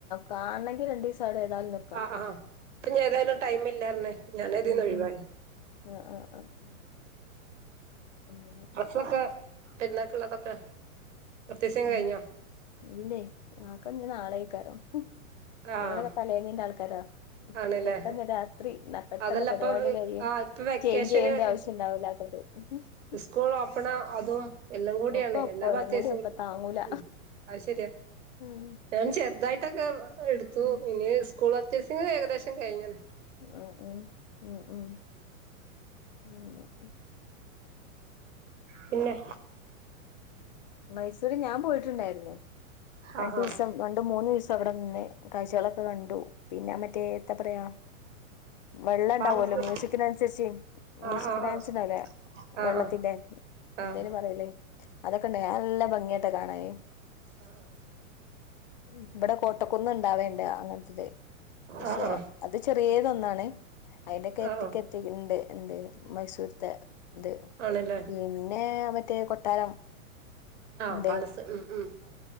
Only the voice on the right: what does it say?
ആഹ് ആഹ് പ്പഏതായാലും ടൈമില്ലാർന്നെ ഞാനതിന്നൊഴുവായി.
സൊക്കെ പെരുന്നാൾക്കിള്ളതൊക്കെ പർച്ചേഴ്സിംഗ്
കഴിഞ്ഞോ?
ആഹ്
ആണ്ല്ലേ
അതല്ല
ഇപ്പൊ
ആഹ് ഇപ്പൊ വെക്കേഷന്
സ്കൂളോപ്പണാ അതോ? എല്ലാം കൂടിയാണ്
എല്ലാ
പർച്ചേഴ്സും
ഉം അയ് ശെരിയാ.
ഞാൻ ചെർതായിട്ടക്കെ എടുത്തു
ഇനി സ്കൂൾ പർച്ചേഴ്സിംഗ് ഏകദേശം കഴിഞ്ഞാണ്.
പിന്നെ?
ആഹ് ആഹ്
പാലസ്
ആഹ് ആഹ്
ആഹ്
ആഹ്
ആഹ് ആഹ്
ആഹ് ആഹ്
ആഹ്
ആഹ്
ആഹ് ആഹ്
ആണല്ലേ
ആഹ്
പാലസ് ഉം ഉം